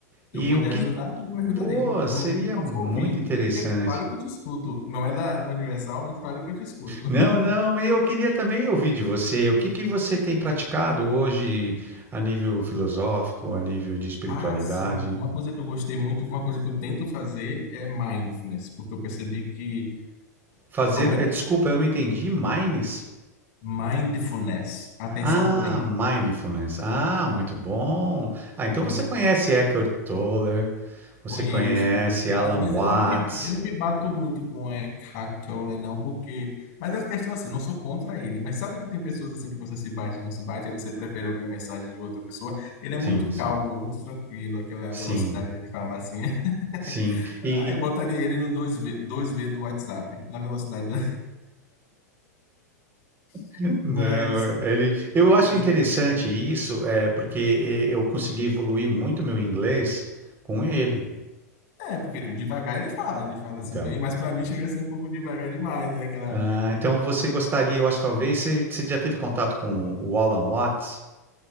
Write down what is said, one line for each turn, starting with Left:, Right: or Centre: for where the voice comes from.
Left: Se
Right: e
Left: eu puder
Right: o que,
Left: ajudar, eu ajudarei.
Right: pô,
Left: No
Right: seria
Left: momento, eu posso
Right: muito
Left: ouvir.
Right: interessante.
Left: Diga que fale que eu te escuto. Não é da no Universal, mas fale que eu te escuto. <laughs>
Right: Não, não, mas eu queria também ouvir de você, o que que você tem praticado hoje a nível filosófico, a nível de espiritualidade?
Left: Ah, sim. Uma coisa que eu gostei muito, uma coisa que eu tento fazer é mindfulness, porque eu percebi que,
Right: Fazer,
Left: ao menos,
Right: é, desculpa, eu não entendi, mindfulness?
Left: mindfulness, atenção
Right: Ah,
Left: plena.
Right: mindfulness. Ah, muito bom. Ah, então
Left: Conheço.
Right: você conhece Eckhart Tolle, você
Left: Conheço.
Right: conhece
Left: ele.
Right: Alan
Left: Às vezes
Right: Watts?
Left: eu não me, eu não me bato muito com Eckhart Tolle, não, porque. Mas a questão é assim, não sou contra ele. Mas sabe que tem pessoas assim que você se bate e não se bate, aí você prefere ouvir a mensagem de outra pessoa. Ele é
Right: Sim,
Left: muito
Right: sim.
Left: calmo, muito tranquilo, aquela
Right: Sim,
Left: velocidade dele falar assim. <laughs>
Right: sim. E
Left: Ah, Eu botaria
Right: e-
Left: ele no dois v dois v do WhatsApp, na velocidade do...
Right: <laughs>
Left: <laughs>
Right: não,
Left: Mas
Right: ele, eu
Left: eu
Right: acho
Left: ouvi.
Right: interessante isso, é porque eh, eu consegui evoluir muito meu inglês com ele.
Left: É, porque devagar ele fala, ele fala
Right: Então.
Left: assim bem, mas para mim chega a ser um pouco devagar demais, né? Aquela
Right: Ah,
Left: é,
Right: então você gostaria, eu acho, talvez, você, você já teve contato com o Alan Watts?